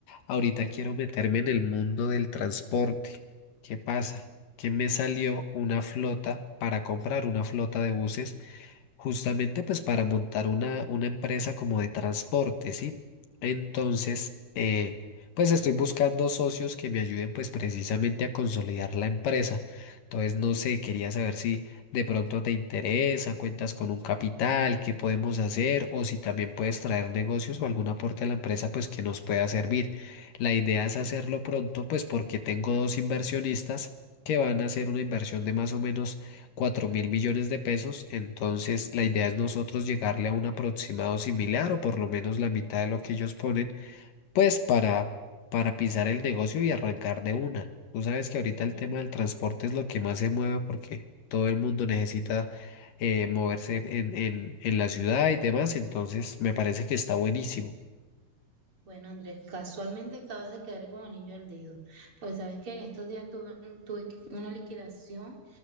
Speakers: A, on the left; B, on the right.
A: ahorita quiero meterme en el mundo del transporte. ¿Qué pasa? Que me salió una flota para comprar una flota de buses, justamente pues para montar una, una empresa como de transporte, ¿sí? Entonces, eh, pues estoy buscando socios que me ayuden pues precisamente a consolidar la empresa. Entonces, no sé, quería saber si de pronto te interesa, cuentas con un capital, qué podemos hacer, o si también puedes traer negocios o algún aporte a la empresa, pues que nos pueda servir. La idea es hacerlo pronto, pues porque tengo dos inversionistas que van a hacer una inversión de más o menos cuatro mil millones de pesos, entonces la idea es nosotros llegarle a un aproximado similar o por lo menos la mitad de lo que ellos ponen pues para, para pisar el negocio y arrancar de una. Tú sabes que ahorita
B: Bueno,
A: el tema del transporte es lo que más se mueve porque todo el mundo necesita eh, moverse en, en, en la ciudad y demás, entonces me parece que está buenísimo.
B: bueno, Andrés, casualmente acabas de quedar como anillo al dedo. Pues sabes que en estos días tuve, un- tuve que- una liquidación